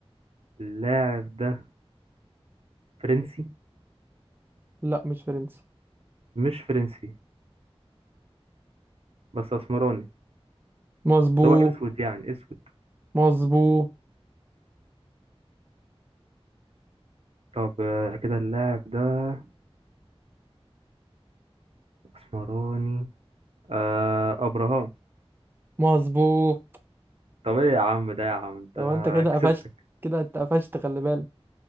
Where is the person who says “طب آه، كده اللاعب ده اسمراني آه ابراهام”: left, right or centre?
Right